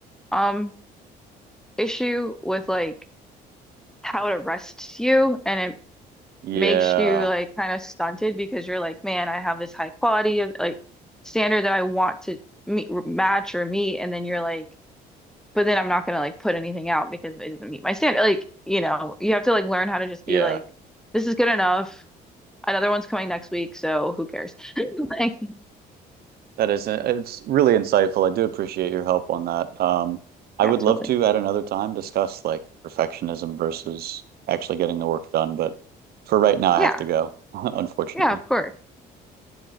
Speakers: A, in the centre; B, on the right.
A: um issue with like how it arrests you and it
B: Yeah.
A: makes you like kind of stunted because you're like, man, I have this high quality of like standard that I want to meet, match or meet, and then you're like, but then I'm not gonna like put anything out because it doesn't meet my standard. Like, you know, you have to like learn how to just
B: Yeah.
A: be like, this is good enough Another one's coming next week, so who cares? <laughs> Like,
B: That is, it's really insightful. I do appreciate your help on that. Um, I
A: absolutely.
B: would love to at another time discuss like perfectionism versus actually getting the work done, but for right now, I
A: Yeah.
B: have to go, <laughs> unfortunately.
A: Yeah, of course.